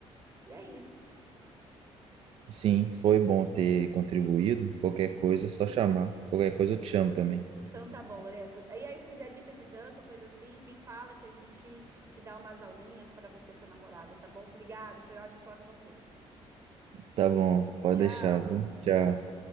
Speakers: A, on the right; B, on the right.
A: E é isso.
B: Sim, foi bom ter contribuído. Qualquer coisa é só chamar. Qualquer coisa eu te chamo também.
A: Então tá bom, Lorenzo. E aí, se quiser dica de dança ou coisa assim, me fala que a gente te dá umas aulinhas para você e sua namorada, tá bom? Obrigada, foi ótimo falar com você.
B: Tá bom, pode
A: Tchau.
B: deixar, viu? Tchau.